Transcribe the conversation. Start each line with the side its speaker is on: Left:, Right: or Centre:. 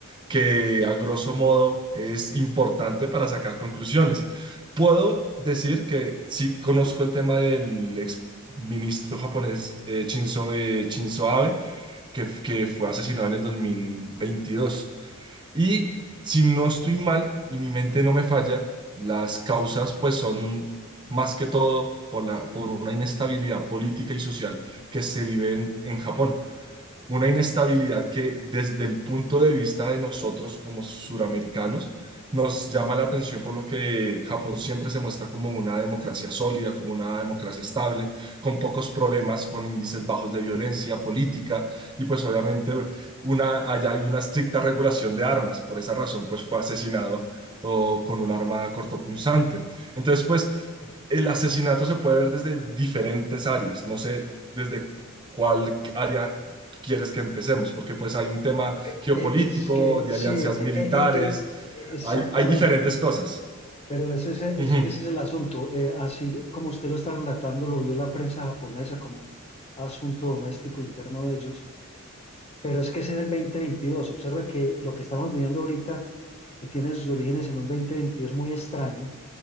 Right: que a grosso modo es importante para sacar conclusiones. Puedo decir que sí conozco el tema del ex ministro japonés eh, Shinzo, eh, Shinzo Abe, que, que fue asesinado en el 2022. Y si no estoy mal y mi mente no me falla, las causas pues son más que todo por la, por una inestabilidad política y social que se vive en, en Japón una inestabilidad que desde el punto de vista de nosotros como suramericanos nos llama la atención por lo que Japón siempre se muestra como una democracia sólida, como una democracia estable, con pocos problemas, con índices bajos de violencia política y pues obviamente una, allá hay una estricta regulación de armas. Por esa razón pues fue asesinado o con un arma cortopunzante. Entonces, pues el asesinato se puede ver desde diferentes áreas. No sé desde cuál área quieres que empecemos, porque pues hay un tema
Left: es
Right: geopolítico,
Left: que
Right: de
Left: sí,
Right: alianzas
Left: eh,
Right: militares,
Left: eh, eh, exactamente.
Right: hay, hay diferentes cosas.
Left: Pero ese es, es
Right: Ujú,
Left: que ese es el asunto. Eh, así como usted lo está relatando, lo vio la prensa japonesa como un asunto doméstico interno de ellos. Pero es que ese es el 2022. Observa que lo que estamos viviendo ahorita eh, tiene sus orígenes en un 2022 muy extraño.